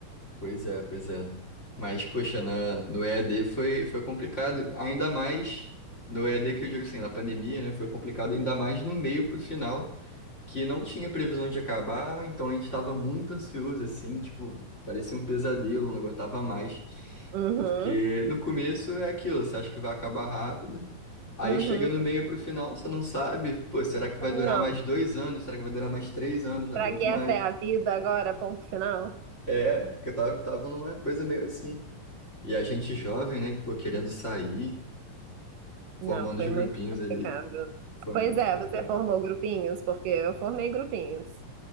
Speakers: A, on the left; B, on the right.
A: Pois é, pois é. Mas, poxa, na, no EAD foi, foi complicado, ainda mais no EAD que eu digo assim, na pandemia, né? Foi complicado, ainda mais no meio pro final, que não tinha previsão de acabar, então a gente estava muito ansioso, assim, tipo, parecia um pesadelo, não aguentava mais.
B: Uhum,
A: Porque no começo é aquilo, você acha que vai acabar rápido, aí
B: uhum.
A: chega no meio pro final, você não sabe, pô, será que vai durar
B: Não.
A: mais dois anos? Será que vai durar mais três anos? Não
B: Será
A: aguento
B: que essa
A: mais.
B: é a vida agora, ponto final?
A: É, porque eu tava, tava numa coisa meio assim. E a gente jovem, né, pô, querendo sair, formando
B: Não, foi
A: os grupinhos
B: muito complicado.
A: ali, foi muito
B: Pois é,
A: complicado.
B: você formou grupinhos, porque eu formei grupinhos.